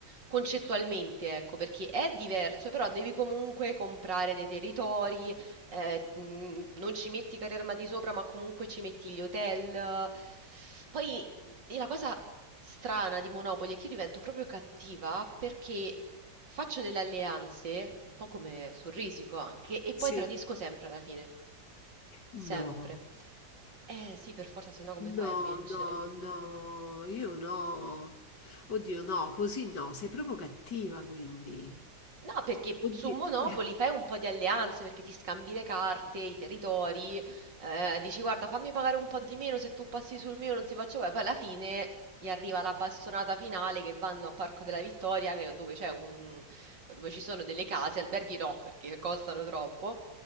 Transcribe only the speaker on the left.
sì.
No,
no,
no, no, io no. Oddio, no, così no, sei proprio cattiva quindi.
Oddio.
<laughs>